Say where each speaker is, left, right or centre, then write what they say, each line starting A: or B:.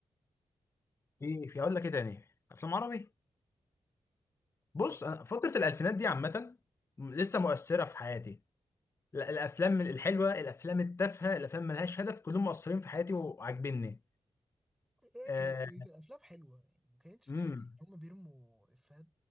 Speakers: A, on the left; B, in the centre.
A: في في اقول لك ايه تاني افلام عربي بص
B: أف-
A: أنا فترة الألفينات دي عامة لسه مؤثرة في حياتي ال- الأفلام الحلوة الأفلام التافهة الأفلام ملهاش هدف كلهم مؤثرين في حياتي وعاجبني
B: هيك
A: آه،
B: هيركليس الافلام حلوه يعني ما كانتش
A: امم
B: تحس ان هم بيرموا افيهات